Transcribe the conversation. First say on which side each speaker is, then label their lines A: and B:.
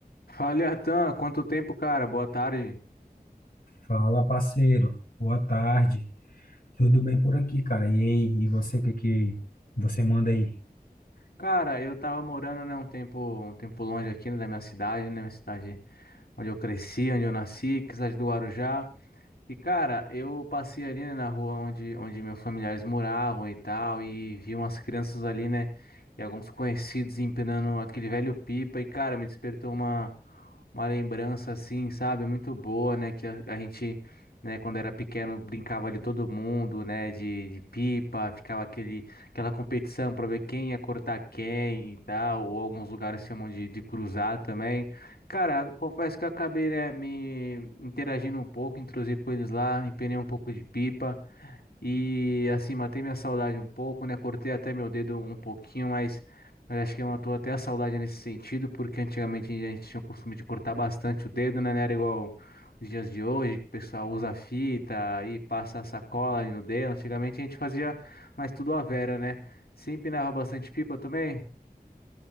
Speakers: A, on the left; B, on the left.
A: Fala, Atan, quanto tempo, cara? Boa tarde.
B: Fala, parceiro. Boa tarde. Tudo bem por aqui, cara? E aí, e você, o que que você manda aí?
A: Cara, eu tava morando, né, um tempo, um tempo longe aqui, né, da minha cidade, né, minha cidade onde eu cresci, onde eu nasci, que é a cidade do Guarujá. E cara, eu passei ali, né, na rua onde, onde meus familiares moravam e tal, e vi umas crianças ali, né, e alguns conhecidos empinando aquele velho pipa, e cara, me despertou uma, uma lembrança assim, sabe, muito boa, né, que a, a gente, né, quando era pequeno brincava ali todo mundo, né, de, de pipa, ficava aquele, aquela competição pra ver quem ia cortar quem e tal, ou alguns lugares chamam de, de cruzar também. Cara, confesso que eu acabei, né, me interagindo um pouco, intrusei com eles lá, empenei um pouco de pipa e assim matei minha saudade um pouco, né? Cortei até meu dedo um pouquinho, mas, mas acho que matou até a saudade nesse sentido, porque antigamente a gente tinha o costume de cortar bastante o dedo, né? Não era igual os dias de hoje, que o pessoal usa fita e passa a sacola ali no dedo. Antigamente a gente fazia mais tudo à vera, né? Você empinava bastante pipa também?